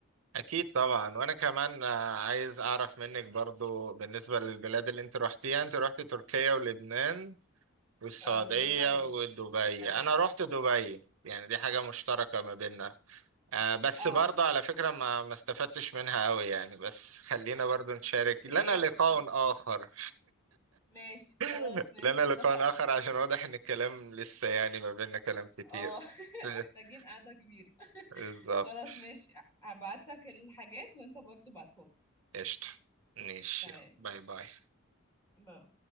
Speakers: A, on the right; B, on the left.
A: اكيد طبعا وانا كمان آه، عايز اعرف منك برضو بالنسبة للبلاد اللي انت روحتيها انت روحت تركيا ولبنان والسعودية
B: آه ودبي
A: ودبي
B: والسعوديه
A: انا روحت دبي يعني دي حاجة مشتركة ما بيننا آه، بس
B: اه
A: برضه على فكرة ما ما استفدتش منها قوي يعني بس خلينا برضه نشارك
B: في
A: لنا
B: ايه
A: لقاء
B: بالظبط
A: آخر
B: ماشي
A: <laughs>
B: خلاص ماشي
A: لنا لقاء
B: اتفق
A: آخر عشان واضح إن الكلام لسه يعني ما بيننا كلام كتير
B: اه <laughs>
A: <laughs>
B: محتاجين قعدة كبيرة
A: بالظبط
B: خلاص ماشي هبعت لك الحاجات وانت برضو بعتهم
A: قشطة ماشي
B: تمام
A: يلا. باي
B: ماشي
A: باي
B: باي